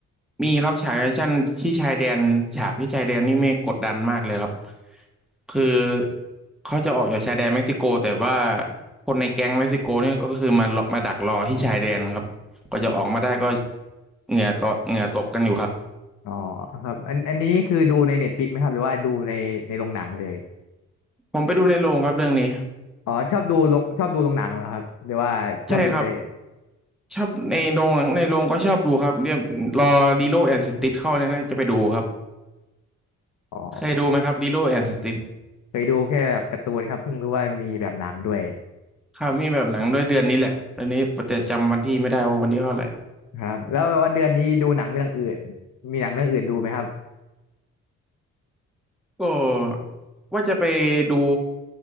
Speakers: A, in the centre; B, on the left.
A: มีครับฉากแอคชั่นที่ชายแดนฉากที่ชายแดนนี่ไม่กดดันมากเลยครับคือเขาจะออกจากชายแดนเม็กซิโกแต่ว่าคนในแก๊งเม็กซิโกเนี่ยก็คือมามาดักรอที่ชายแดนครับกว่าจะออกมาได้ก็เหงื่อตกเหงื่อตกกันอยู่ครับ
B: อ๋อครับอันอันนี้คือดูในเน็ตฟลิกไหมครับหรือว่าดูในในโรงหนังเลย
A: ผมไปดูในโรงครับเรื่องนี้
B: อ๋อชอบดูโรงชอบดูโรงหนังเหรอครับหรือว่าชอบดูใน
A: ใช่ครับชอบในโรงในโรงก็ชอบดูครับเนี่ยรอดีโลแอนด์สติทเข้าเนี่ยก็จะไปดูครับ
B: อ๋อโอเค
A: เคยดูไหมครับ Lilo and Stitch
B: เคยดูแค่แบบการ์ตูนครับเพิ่งรู้ว่ามีแบบหนังด้วย
A: ครับมีแบบหนังด้วยเดือนนี้แหละตอนนี้แต่จำวันที่ไม่ได้ว่าวันที่เท่าไหร่
B: ครับแล้วว่าเดือนนี้ดูหนังเรื่องอื่นมีหนังเรื่องอื่นดูไหมครับ
A: ก็ว่าจะไปดู